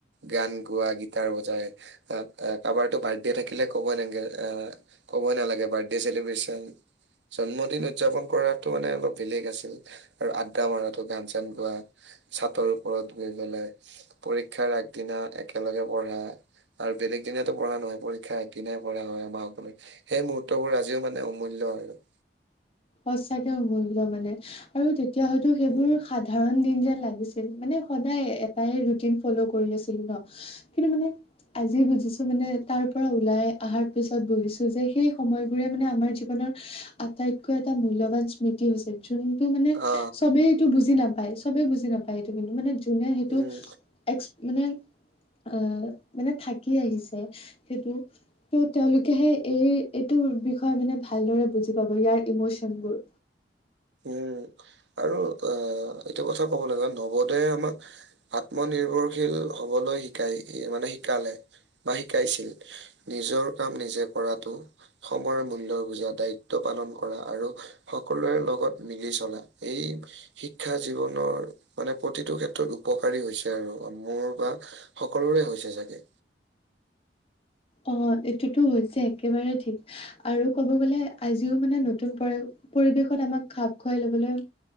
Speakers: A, on the right; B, on the left.
A: গান গোৱা গীটাৰ বজাই আ কাৰোবাৰতো বাৰ্থডে থাকিলে ক'বই নেলাগে আহ ক'বই নালাগে বাৰ্থডে চেলিব্ৰিচন জন্মদিন উদযাপন কৰাটো মানে অলপ বেলেগ আছিল আৰু আড্ডা মাৰাটো গান চান গোৱা চাদৰ ওপৰত গৈ পেলাই পৰীক্ষাৰ আগদিনা একেলগে পঢ়া আৰু বেলেগ দিনাতো পঢ়া নহয় পৰীক্ষা আগদিনাই পঢ়া হয় আমাৰ অকলে সেই মুহুৰ্তবোৰ আজিও মানে অমূল্য আৰু
B: সচাকে অমূল্য মানে আৰু তেতিয়া হয়তো সেইবোৰ
A: উম
B: সা সাধাৰণ দিন যেন লাগিছিল মানে সদায় এটাই ৰুটিন ফ্ল কৰি আছিলো ন কিন্তু মানে আজি বুজিছো মানে তাৰ পৰা ওলাই অহাৰ পিছত বুজিছো যে সেই সময়বোৰে মানে আমাৰ জীৱনৰ আটাইতকৈ এটা মূল্যবান স্মৃতি হৈছে যোনটো মানে
A: অ
B: চবেই এইটো বুজি নাপায় চবে বুজি নাপায় এইটো কিন্তু মানে যোনে সেইটো
A: উম
B: এক্স মানে আহ মানে থাকি আহিছে সেইটো ত' তেওঁলোকেহে এই এইটোৰ বিষয়ে মানে ভালদৰে বুজি পাব ইয়াৰ ইমচেন বোৰ
A: উম আৰু আহ এইটো কথা কব লাগিব নৱ দাই আমাক আত্মনিৰ্ভৰশীল হবলৈ শিকাই মানে শিকালে বা শিকাইছিল নিজৰ কাম নিজে কৰাটো সময়ৰ মূল্য বুজা দায়িত্ব পালন কৰা আৰু সকলোৰে লগত মিলি চলা এই শিক্ষা জীৱনৰ মানে প্ৰতিটো ক্ষেত্ৰত উপকাৰী হৈছে আৰু মোৰ বা সকলোৰে হৈছে চাগে!
B: অ', এইটোতো হৈছে একেবাৰে ঠিক। আৰু ক'ব গ'লে আজিও মানে নতুন পৰি-পৰিৱেশত আমাক খাপ খুৱাই লবলৈ